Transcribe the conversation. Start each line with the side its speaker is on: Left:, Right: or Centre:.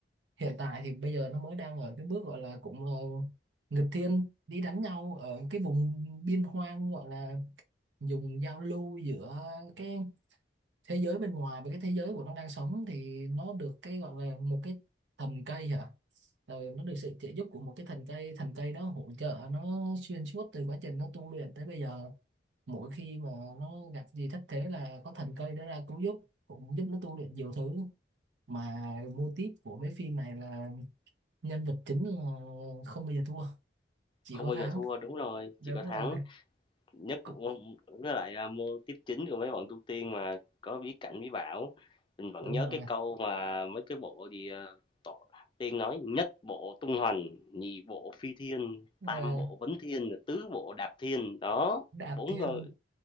Right: hiện tại thì bây giờ nó mới đang ở cái bước gọi là cũng là nghịch thiên đi đánh nhau ở cái vùng biên hoang gọi là dùng giao lưu giữa cái thế giới bên ngoài với cái thế giới của nó đang sống thì nó được cái gọi là một cái thần cây hả rồi nó được sự trợ giúp của một cái thần cây thần cây đó hỗ trợ nó xuyên suốt từ quá trình nó tu luyện tới bây giờ mỗi khi mà nó gặp gì thất thế là có thần cây đó ra cứu giúp cũng giúp nó tu luyện nhiều thứ mà mô típ của mấy phim này là nhân vật chính là không bao giờ thua chỉ
Left: không
Right: có
Left: bao
Right: thắng
Left: giờ thua, đúng rồi,
Right: đúng
Left: chỉ có
Right: rồi
Left: thắng. nhất
Right: Cũng-
Left: môn- với lại à, môn tiếp chính của mấy bọn tu tiên mà có bí cảnh bí bảo mình vẫn
Right: đúng
Left: nhớ
Right: rồi
Left: cái câu mà mấy cái bộ gì à, tổ, tiên nói nhất bộ tung hoành nhị bộ phi thiên tam
Right: Ờ,
Left: bộ vấn thiên tứ bộ đạp thiên đó
Right: đạp
Left: bốn
Right: thiên
Left: người